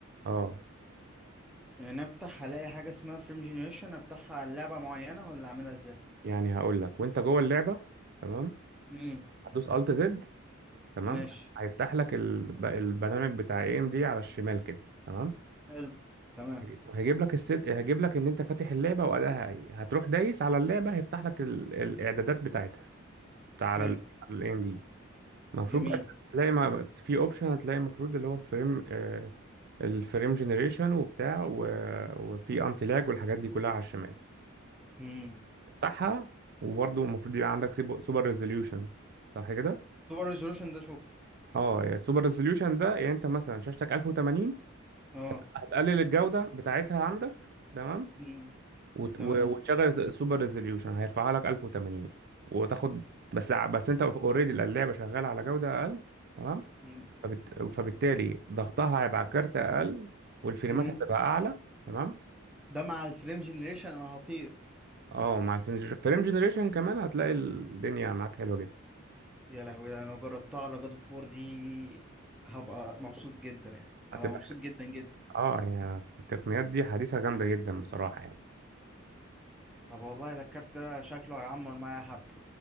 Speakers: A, on the right; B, in the centre.
A: اه
B: يعني افتح الاقي حاجه اسمها فريم جنريشن افتحها على لعبه معينه ولا اعملها ازاي
A: يعني هقول لك وانت جوه اللعبه تمام
B: امم
A: هتدوس الت زد تمام
B: ماشي
A: هيفتح لك الب- البرنامج بتاع اي ام دي على الشمال كده تمام
B: حلو تمام
A: هيجي- وهيجيب لك الست هيجيب لك ان انت فاتح اللعبه وادائها ايه هتروح دايس على اللعبه هيفتح لك ال... الاعدادات بتاعتها على
B: حلو
A: ال على الاي ام دي المفروض
B: جميل
A: بقى تلاقي ما في اوبشن هتلاقي المفروض اللي هو فريم آه الفريم جنريشن وبتاع و... وفي انتي لاج والحاجات دي كلها على الشمال
B: امم
A: تفتحها وبرضه المفروض يبقى عندك سوبر ريزوليوشن صح كده
B: سوبر ريزولوشن ده شفته
A: اه السوبر ريزوليوشن ده يعني انت مثلا شاشتك 1080
B: اه
A: هتقلل الجودة بتاعتها عندك تمام
B: امم
A: وت...
B: تمام
A: و- مم. وتشغل السوبر ريزوليوشن هيرفعها لك 1080 وتاخد بس ع- بس انت اوريدي اللعبة شغالة على جودة اقل تمام
B: امم
A: فبت... فبالتالي ضغطها هيبقى على الكارت اقل والفريمات
B: أمم.
A: هتبقى اعلى تمام
B: ده مع الفريم جنريشن انا هطير
A: اه مع الفريم جنريشن كمان هتلاقي الدنيا معاك حلوه جدا
B: يا لهوي انا لو جربتها على جاد اوف وور دي هبقى مبسوط جدا يعني
A: هتبقى
B: هبقى مبسوط جدا جدا
A: اه يعني التقنيات دي حديثه جامده جدا بصراحه يعني
B: طب والله ده الكارت ده شكله هيعمر معايا حبه